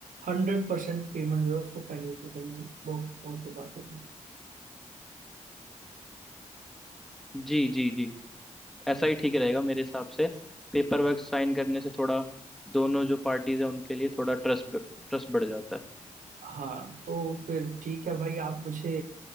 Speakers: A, on the right; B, in the centre.
A: हंड्रेड परसेंट पेमेंट जो है उसको फाइनल कर देंगे वो और फिर बात होगी
B: जी जी जी ऐसा
A: हम्म।
B: ही ठीक रहेगा मेरे हिसाब से पेपर वर्क साइन करने से थोड़ा दोनों जो पार्टीज हैं उनके लिए थोड़ा ट्रस्ट ट्रस्ट बढ़ जाता है
A: हाँ तो फिर ठीक है भाई आप मुझे